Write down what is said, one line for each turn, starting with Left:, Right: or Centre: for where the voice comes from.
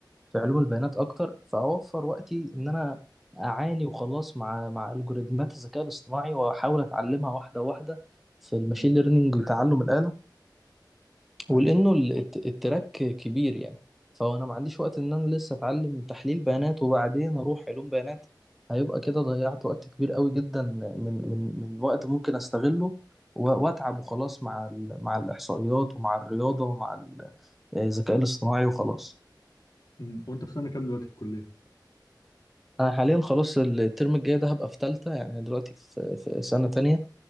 Centre: في علوم البيانات اكتر فاوفر وقتي ان انا اعاني وخلاص مع مع الجوريزمات الذكاء الاصطناعي واحاول اتعلمها واحده واحده في الماشين
Left: امم
Centre: ليرنينج وتعلم الآلة
Left: ايوه
Centre: ولانه ال- الت- التراك كبير يعني فهو انا ما عنديش وقت ان انا لسه اتعلم تحليل بيانات وبعدين اروح علوم بيانات هيبقى كده ضيعت وقت كبير قوي جدا من من من وقت ممكن استغله و- واتعب وخلاص مع ال- مع الاحصائيات ومع الرياضه ومع ال- آه، الذكاء الاصطناعي وخلاص
Left: مم. وانت في سنه كام دلوقتي في الكليه
Centre: انا حاليا خلاص الترم الجاي ده هبقى في تالتة يعني دلوقتي في في سنه تانية